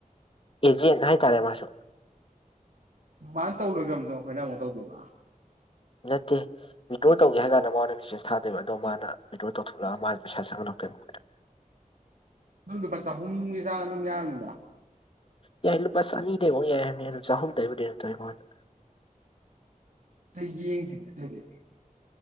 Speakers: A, on the left; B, on the right.
A: ꯑꯦꯖꯦꯟ ꯍꯥꯏꯇꯥꯔꯦ ꯃꯥꯁꯨ
B: ꯃꯥꯅ ꯇꯧ ꯂꯣꯏꯈ꯭ꯔ ꯃꯇꯨꯡ ꯑꯩꯈꯣꯏꯅ ꯑꯃꯨꯛ ꯇꯧꯗꯣꯏꯕꯥ꯫
A: ꯅꯠꯇꯦ ꯋꯤꯗ꯭ꯔꯣ ꯇꯧꯒꯦ ꯍꯥꯏ ꯀꯥꯟꯗ ꯃꯉꫭꯟꯗ ꯃꯦꯁꯦꯁ ꯊꯥꯗꯣꯏꯕ ꯑꯗꯣ ꯃꯥꯅ ꯋꯤꯗ꯭ꯔꯣ ꯇꯧꯊꯣꯛꯂꯛꯑꯒ ꯃꯥꯅ ꯄꯩꯁꯥ ꯆꯪꯍꯜꯂꯛꯇꯣꯏꯕ꯫
B: ꯑꯗꯨꯝ ꯂꯨꯄꯥ ꯆꯍꯨꯝꯒꯤ ꯆꯥꯡ ꯑꯗꯨꯝ ꯌꯥꯔꯝꯅꯤꯗ꯫
A: ꯌꯥꯏ ꯂꯨꯄꯥ ꯆꯅꯤꯗꯩꯉꯣ ꯌꯥꯏ ꯍꯥꯏꯕꯅꯦ ꯑꯗꫭ ꯆꯍꯨꯝꯗꯩꯕꯨꯗꯤ ꯑꯗꯨꯝ ꯇꯩꯔꯤꯉꫭꯟꯅꯤ꯫
B: ꯑ ꯌꯦꯡꯁꯤꯅꯦ ꯑꯗꯨꯏꯗꯗꯤ